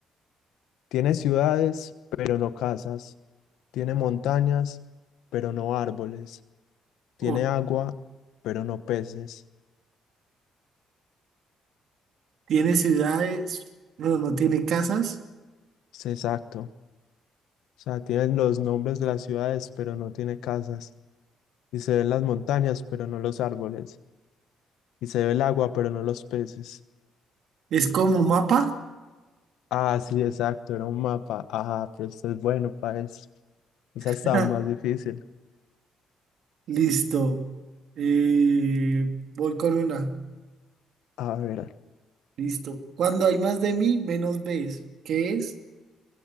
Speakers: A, on the left (about 85°); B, on the right (about 70°).
A: tiene ciudades, pero no casas. Tiene montañas, pero no árboles. Tiene
B: Oh,
A: agua, pero no peces.
B: tiene ciudades, no, no tiene casas.
A: Sí, exacto. O sea, tienen los nombres de las ciudades, pero no tiene casas. y se ven las montañas, pero no los árboles, y se ve el agua, pero no los peces.
B: Es como mapa.
A: Ah, sí, exacto, era un mapa. Ah, pero esto es bueno para eso. Esa
B: <laughs>
A: está aún más difícil.
B: Listo. Eh, voy con una.
A: A ver,
B: Listo. Cuando hay más de mí, menos ves. ¿Qué es?